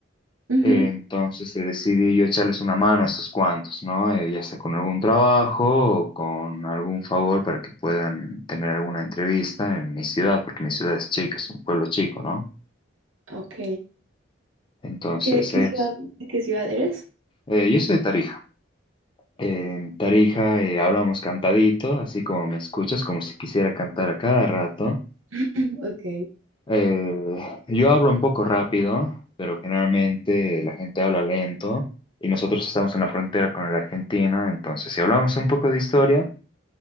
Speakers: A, on the right (about 80°); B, on the left (about 25°).
A: ujú,
B: Eh, entonces eh, decidí yo echarles una mano a estos cuantos, ¿no? Eh, ya sea con algún trabajo o con algún favor para que puedan tener alguna entrevista en mi ciudad, porque mi ciudad es chica, es un pueblo chico, ¿no?
A: ok.
B: Entonces
A: ¿Qué, qué
B: es...
A: ciudad, de qué ciudad eres?
B: eh, yo soy de Tarija. En Tarija eh, hablamos cantadito, así como me escuchas, como si quisiera cantar a cada rato.
A: <clears throat> Ok.
B: Eh, yo hablo un poco rápido, pero generalmente la gente habla lento y nosotros estamos en la frontera con la Argentina, entonces si hablamos un poco de historia,